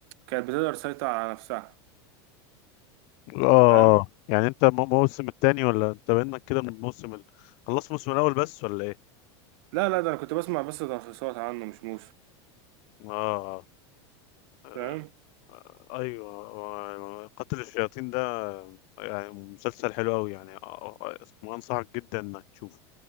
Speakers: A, on the right (about 60°); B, on the left (about 50°).
A: كانت بتقدر تسيطر على نفسها
B: اه
A: فاهم
B: اه يعني انت مو- موسم التاني ولا انت بينك كده من الموسم ال... خلصت الموسم الاول بس ولا ايه
A: لا لا ده انا كنت بسمع بس تلخيصات عنه مش موسم
B: اه آه،
A: فاهم
B: ايوه آه، قتل الشياطين ده يعني مسلسل حلو قوي يعني آه، آه، آه، اسمه انصحك جدا انك تشوفه